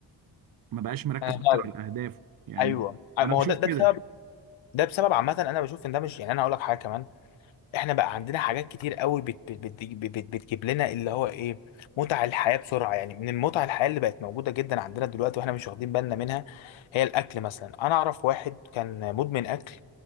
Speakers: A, on the right (about 50°); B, on the left (about 85°).
A: ما بقاش مركز
B: انا
A: أكتر
B: فعلا
A: على أهدافه يعني
B: ايوه ما
A: أنا بشوف
B: هو ده ده
A: كده
B: بسبب ده بسبب عامه انا بشوف ان ده مش يعني انا هقول لك حاجه كمان احنا بقى عندنا حاجات كتير قوي بت بت بت بت بتجيب لنا اللي هو ايه متع الحياة بسرعة يعني من المتع الحياة اللي بقت موجودة جدا عندنا دلوقتي واحنا مش واخدين بالنا منها هي الاكل مثلا انا اعرف واحد كان مدمن اكل